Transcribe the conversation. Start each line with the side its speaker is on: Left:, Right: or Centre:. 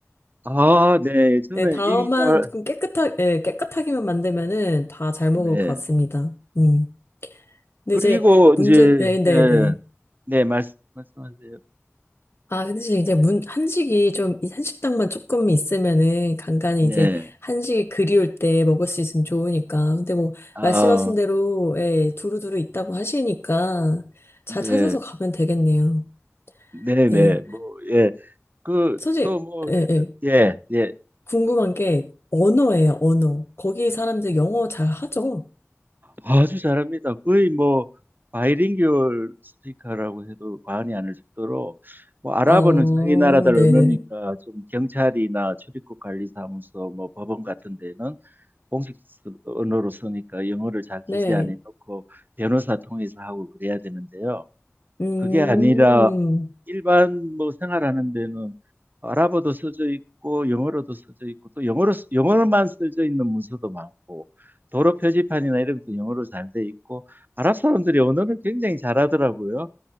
Right: 아, 네. 저는
Left: 네, 다만
Right: 입이 잘,
Left: 좀 깨끗하게, 네, 깨끗하게만 만들면은 다 잘
Right: 네.
Left: 먹을 것 같습니다. 음. 근데
Right: 그리고
Left: 이제 문제,
Right: 이제
Left: 네, 네,
Right: 예,
Left: 네.
Right: 네 말씀 말씀하세요.
Left: 아, 근데 지금 이제 문, 한식이 좀, 이 한식당만 조금 있으면은 간간히
Right: 네.
Left: 이제 한식이 그리울 때 먹을 수 있으면 좋으니까. 근데 뭐,
Right: 아,
Left: 말씀하신 대로, 예, 두루두루 있다고 하시니까 잘
Right: 네,
Left: 찾아서 가면 되겠네요.
Right: 네, 네,
Left: 네.
Right: 뭐, 예, 그,
Left: 솔직히,
Right: 또 뭐,
Left: 예, 예.
Right: 예, 예,
Left: 궁금한 게 언어예요,
Right: 예.
Left: 언어. 거기 사람들 영어 잘 하죠?
Right: 아주 잘합니다. 거의 뭐, 바이링구얼 스피커라고 해도 과언이 아닐 정도로, 뭐, 아랍어는
Left: 어,
Right: 자기 나라들
Left: 네네.
Right: 언어니까 좀 경찰이나 출입국 관리사무소, 뭐, 법원 같은 데는 공식 언어로 쓰니까 영어를 잘 기재
Left: 네.
Right: 안에 넣고 변호사 통해서 하고 그래야 되는데요.
Left: 음,
Right: 그게 아니라, 일반 뭐 생활하는 데는 아랍어도 써져 있고 영어로도 써져 있고 또 영어로 영어로만 써져 있는 문서도 많고 도로 표지판이나 이런 것도 영어로 잘 돼 있고 아랍 사람들이 언어를 굉장히 잘하더라고요.